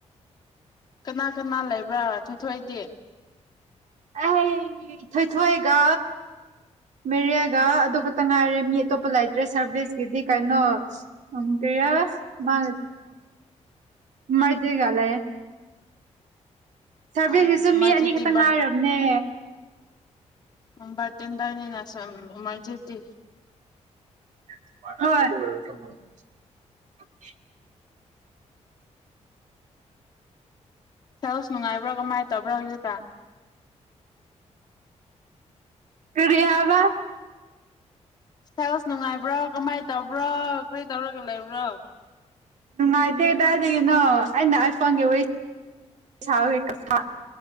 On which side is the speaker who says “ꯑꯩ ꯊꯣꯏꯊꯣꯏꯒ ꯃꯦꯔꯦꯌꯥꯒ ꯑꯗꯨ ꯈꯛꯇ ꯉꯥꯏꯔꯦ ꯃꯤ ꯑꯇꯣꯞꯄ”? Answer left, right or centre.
Right